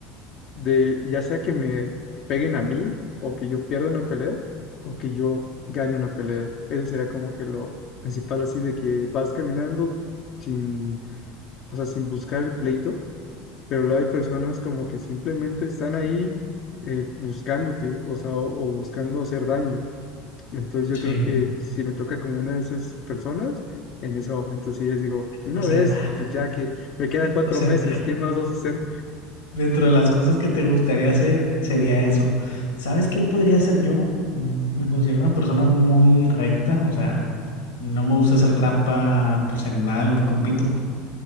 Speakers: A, on the left (about 55°); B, on the left (about 85°).
A: de, ya sea que me peguen a mí, o que yo pierda una pelea, o que yo gane una pelea. Eso sería como que lo principal, así de que vas caminando sin, o sea, sin buscar el pleito pero luego hay personas como que simplemente están ahí eh, buscándote, o sea, o, o buscando hacer daño. Entonces yo
B: Sí,
A: creo que si me toca como una de esas personas, en ese momento sí les digo, de una
B: o sea,
A: vez, pues ya que me quedan cuatro
B: o sea,
A: meses, ¿qué más vas a hacer?
B: Dentro de las cosas que te gustaría hacer sería eso. ¿Sabes qué podría hacer yo? Mm, Me considero una persona muy recta, o sea, no me gusta hacer trampa pues en nada en lo que compito,